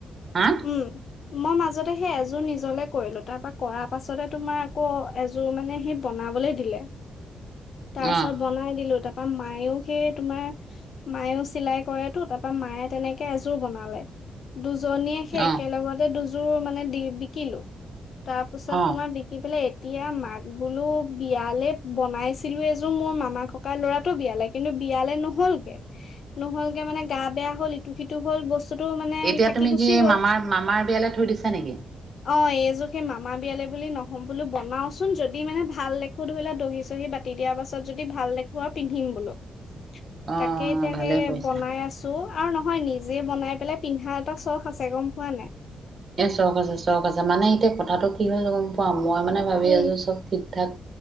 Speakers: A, on the right (about 40°); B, on the left (about 65°).
A: হা
B: উম, মই মাজতে সেই এজোৰ নিজলে কৰিলোঁ, তাৰপা কৰা পাছতে তোমাৰ আকৌ এজো জোৰ মানে সি বনাবলৈ দিলে, তাৰ পিছত
A: অ
B: বনাই দিলোঁ, তা মায়েও সেই তোমাৰ মায়েও চিলাই কৰেটো, তাৰপৰা মায়ে তেনেকে এযোৰ বনালে। দুজনীয়ে সে
A: অ
B: একেলগতে দুযোৰ মানে দি বিকিলোঁ, তাৰ পিছত
A: অ
B: তোমাৰ বিকি পেলাই এতিয়া মাক বোলো বিয়ালে বনাইছিলোঁ এযোৰ মোৰ মামাৰ ককা ল'ৰাটোৰ বিয়ালে। কিন্তু বিয়ালে নহ'লগে, নহ'লগে মানে গা বেয়া হ'ল এত ইটো-সিটো হ'ল, বস্তুটো মানে
A: এতিয়া
B: থাকি
A: তুমি
B: গুচি
A: কি
B: গ'ল।
A: মামাৰ মামাৰ বিয়ালে থৈ দিছা নেকি?
B: অ', এইযোৰ সেই মামা বিয়ালে বুলি নহয়, বোলো বনাওচোন যদি মানে ভাল দেখো, ধৰিলও দহি-চহি বাট তেতিয়াৰ পাছত যদি, ভাল লাগিব আৰু পিন্ধিম বোলো।
A: অ
B: তাকে এতিয়া
A: ভালে
B: সেই
A: কৰিছা
B: বনাই আছো, আৰু নহয় নিজে বনাই পেলাই পিন্ধা, এটা চখ আছে গম- পোৱা নাই।
A: এ ছশ আছে, ছশ আছে, মানে এতিয়া কথাটো কি হ'ল, গম পাওঁ, মই মানে ভাবি
B: উম,
A: আছো, চব ঠিক-ঠাক